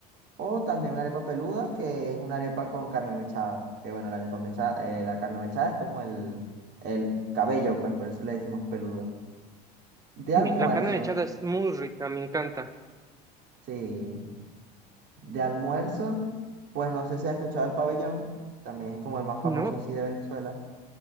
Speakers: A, on the right; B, on the right.
A: O también una arepa peluda, que es una arepa con carne mechada. Que bueno, la arepa mechada, eh, la carne mechada es como el, el cabello, pues por eso le decimos peluda. De almuerzo,
B: Sí, la carne mechada es muy rica, me encanta.
A: sí. De almuerzo, pues no sé si has escuchado el pabellón. También es como el más famoso
B: No,
A: así de Venezuela.